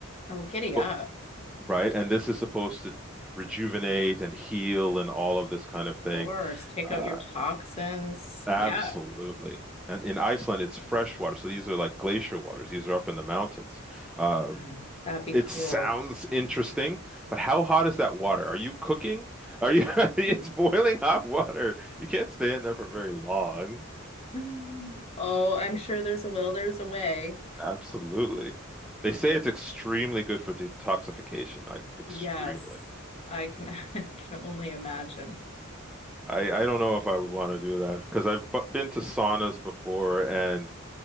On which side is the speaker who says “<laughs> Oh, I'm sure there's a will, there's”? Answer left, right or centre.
Left